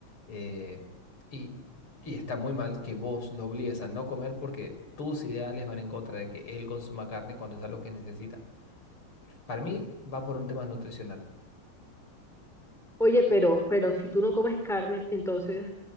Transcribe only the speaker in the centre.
Oye, pero, pero si tú no comes carne, entonces,